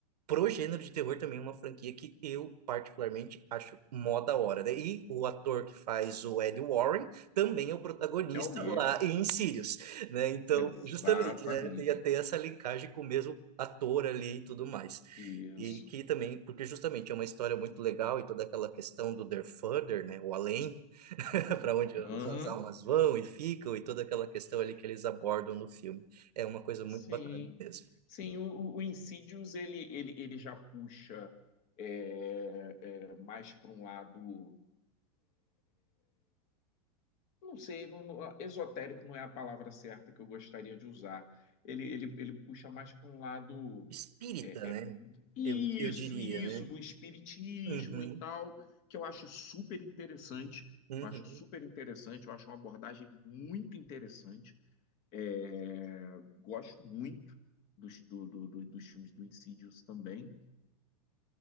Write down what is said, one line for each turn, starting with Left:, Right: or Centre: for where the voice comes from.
Right: pro gênero de terror também é uma franquia que eu particularmente acho mó da hora, né? E o ator que faz o Ed Warren também é o protagonista
Left: É o mesmo.
Right: lá em Insidious, né? Então,
Left: Exatamente.
Right: justamente, né? Tem até essa linkagem com o mesmo ator ali e tudo mais.
Left: Isso.
Right: E que também, porque justamente é uma história muito legal e toda aquela questão do The Further, né? O além, <laughs> para onde os-
Left: Aham.
Right: as almas vão e ficam e toda aquela questão ali que eles abordam no filme. É uma coisa muito
Left: Sim.
Right: bacana mesmo.
Left: Sim, o, o Insidious ele, ele, ele já puxa é, é, mais para um lado, não sei, não- não- esotérico não é a palavra certa que eu gostaria de usar. Ele, ele, ele puxa mais para um lado
Right: Espírita,
Left: é,
Right: né?
Left: Isso,
Right: Eu, eu diria,
Left: isso,
Right: né?
Left: do espiritismo
Right: Uhum,
Left: e tal, que eu acho super interessante.
Right: uhum.
Left: Eu acho super interessante, eu acho uma abordagem muito interessante. É, gosto muito dos, do, do- do- dos filmes do Insidious também.